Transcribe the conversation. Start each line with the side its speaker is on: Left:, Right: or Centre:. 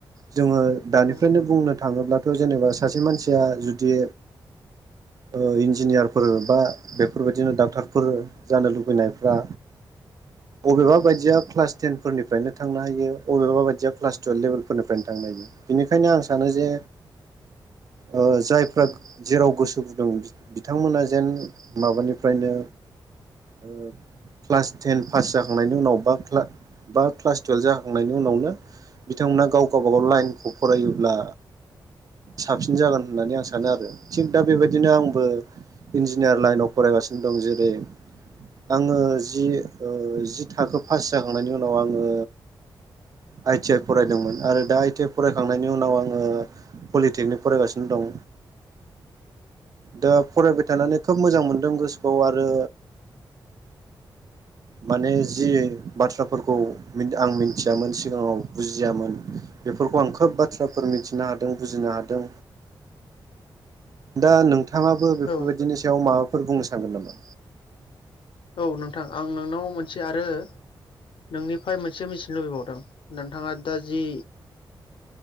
Right: जोङो दानिफ्रायनो
Left: औ
Right: बुंनो थाङोब्लाथ' जेनेबा सासे मानसिया जुदि ओ इन्जिनियारफोर बा बेफोरबायदिनो डाक्टरफोर जानो लुबैनायफ्रा अबेबा बायदिया क्लास टेन फोरनिफ्रायनो थांनो हायो बबेबा बायदिया क्लास टुवेल्भ लेभेलफोरनिफ्रायनो थांनो हायो बिनिखायनो आं सानो जे ओ जायफ्रा जेराव गोसो गुदुं बिथांमोना जेन माबानिफ्रायनो ओ क्लास टेन पास जाखांनायनि उनाव बा बा क्लास टुवेल्भ जाखांनायनि उनावनो बिथांमोना गाव गावबागाव लाइनखौ फरायोब्ला साबसिन जागोन होननानै आं सानो आरो थिग दा बेबायदिनो आंबो इन्जिनियार लाइनाव फरायगासिनो दं जेरै आङो जि ओ जि थाखो पास जाखांनायनि उनाव आङो आइ टि आइ फरायदोंमोन आरो दा आइ टि आइ फरायखांनायनि उनाव आङो पलिटेकनिक फरायगासिनो दं दा फरायबाय थानानै खोब मोजां मोनदों गोसोखौ आरो माने जि बाथ्राफोरखौ मिन आं मिथियामोन सिगाङाव बुजियामोन बेफोरखौ आं खोब बाथ्राफोर मिथिनो हादों बुजिनो हादों दा नों बिथाङाबो बेफोर
Left: औ
Right: बायदिनि सायाव माबा फोर बुंनो सानगोन नामा?
Left: औ नोंथां आं नोंनाव मोनसे आरो नोंनिफ्राय मोनसे मिथिनो लुबैबावदों नोंथाङा दा जि